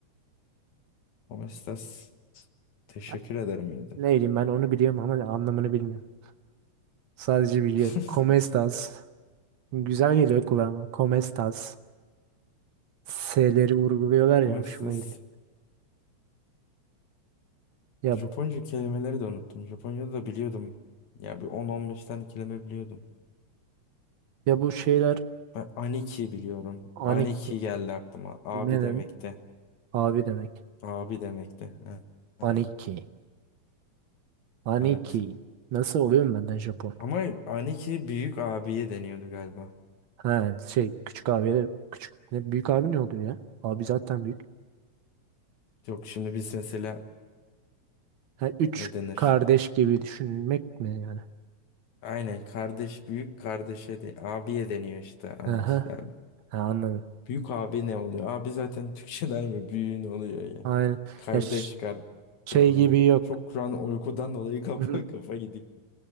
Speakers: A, on the left; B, on the right.
A: Omestas teşekkür
B: Ha,
A: ederim iyiydi.
B: Ne bileyim ben onu biliyorum ama anlamını bilmiyorum. Sadece biliyorum.
A: <laughs>
B: Como estas? Güzel geliyor kulağıma. Como estas? S'leri vurguluyorlar ya
A: Omestas
B: hoşuma gidiyor. Ya
A: Japonca kelimeleri de unuttum. Japonca'da da biliyordum. Ya bir 10-15 tane kelime biliyordum.
B: ya bu şeyler
A: Ben aniki biliyorum.
B: aniki
A: Aniki geldi aklıma. Abi
B: ne
A: demekte.
B: demek? Abi demek.
A: Abi demekte. Evet.
B: Aniki. Aniki.
A: Evet.
B: Nasıl oluyorum benden Japon?
A: Ama aniki büyük abiye deniyordu galiba.
B: Ha şey küçük abiye küçük ne büyük abi ne oluyor ya? Abi zaten büyük.
A: Yok şimdi biz mesela
B: Ha, üç
A: ne denir?
B: kardeş gibi düşünmek mi yani?
A: Aynen kardeş büyük kardeşe de abiye deniyor işte aniki
B: Aha.
A: galiba.
B: Ha, anladım.
A: Büyük abi ne oluyor? Abi zaten Türkçeler mi? Büyüğün oluyor ya.
B: Aynen.
A: Kardeş
B: Ya ş-
A: kardeş
B: şey
A: ayrılıyorduk.
B: gibi yok.
A: Çok şu an uykudan dolayı kafa
B: <clears throat> Hı.
A: <laughs> kafa gidik.